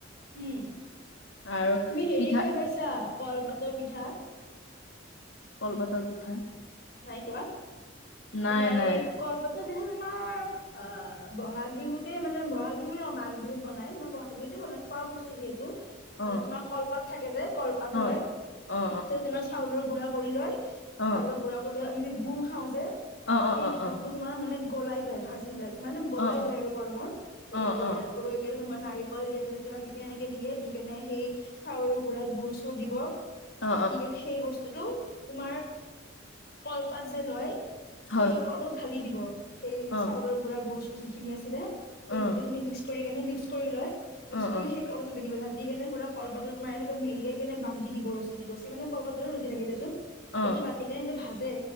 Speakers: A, on the left; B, on the left.
A: হম তুমি
B: আৰু
A: হেৰি
B: পিঠা
A: খাই পাইছা কলপাতৰ পিঠা।
B: কল বাজাৰ পিঠা।
A: নাই পোৱা
B: নাই
A: তোমাৰ
B: নাই
A: এই কপাতৰ পিঠা তোমাৰ। অ ব'হাগ বিহুতে মানে বহাগ বিহু ল মাঘ বিহুত বনাই মানে বহাগ বিহুতে বনাই খোৱা বস্তু যিহেতু। <unintelligible>
B: অ
A: মানে তোমাৰ কলপাত থাকে যে কলপাত
B: অ
A: লয়
B: অ অ
A: ত তোমাৰ চাউলৰ গুড়া কৰি লয়। <unintelligible> চাউলৰ
B: অ
A: গুডৰা ক আমি যে গু় খাও যে সেই
B: অ অ
A: গুুৰতটো
B: অ অ
A: তোমাৰ মানে। <unintelligible> গলাই লয় ভাজি লয় মানে গলাই
B: অ
A: লয় আৰু গৰমত হেৰি
B: অ অ
A: কৰি
B: অ
A: গণ তোমাৰ। নাৰিকল দিয়া তাতে কিবা কিবি এনেকে দিয়ে দি কেনে সেই চাউৰ গুড়াত গুুৰ চুৰ দিব। <unintelligible>
B: অ
A: দি কেনে সেই বস্তুটো তোমাৰ কলপাত যে লয়।
B: হয়
A: সেই কৰ্ম ভালি দিব সেই
B: অ
A: চাউলৰ গুড়া গৰু চু যিখিনি আছিলে। <unintelligible> সেই
B: অ অ
A: গোটেইখিনি মিক্স কৰি কেনে মিক্স কৰি লয় মিক্স
B: অ
A: কৰি সেই অলপ ধল দিব ভাল। <unintelligible> দি কেনে পুৰা কলপাত তোমাৰ এনেকে মেলিয়াই কেনে ভাঙি দিব ৰছী দি ৰছীমানে। <unintelligible> খৰ পাতলো ৰচি থাকে দেিয়চোন
B: অ
A: সেই বান্ধিনে সেইটো ভাজে